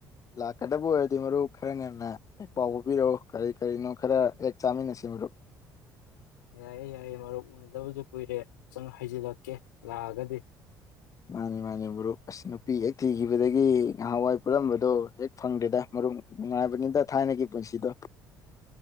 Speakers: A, on the left (about 30°); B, on the left (about 70°).
A: ꯂꯥꯛꯀꯗꯕ ꯑꯣꯏꯔꯗꯤ ꯃꯔꯨꯞ ꯈꯔ ꯉꯟꯅ ꯍꯦꯛ ꯄꯥꯎ ꯄꯥꯎꯕꯤꯔꯛꯑꯣ ꯀꯔꯤ ꯀꯔꯤꯅꯣ ꯈꯔ ꯍꯦꯛ ꯆꯥꯃꯤꯟꯅꯁꯤ ꯃꯔꯨꯞ
B: ꯌꯥꯏꯌꯦꯦ ꯌꯥꯏꯌꯦꯦ ꯃꯔꯨꯞ ꯎꯅꯗꯕꯁꯨ ꯀꯨꯏꯔꯦ ꯆꯪ ꯍꯩꯖꯤꯜꯂꯛꯀꯦ ꯂꯥꯛꯑꯒꯗꯤ
A: ꯃꯥꯅꯤ ꯃꯥꯅꯤ ꯃꯔꯨꯔꯨꯞ ꯑꯁ ꯅꯨꯄꯤ ꯍꯦꯛ ꯊꯤꯈꯤꯕꯗꯒꯤ ꯅꯍꯥꯟꯋꯥꯏ ꯄꯨꯜꯂꯝꯝꯕꯗꯣ ꯍꯦꯛ ꯐꯪꯗꯦꯗ ꯃꯔꯨꯞ ꯉꯥꯏꯕꯗ ꯊꯥꯏꯅ ꯀ ꯄꯨꯟꯁꯤꯗ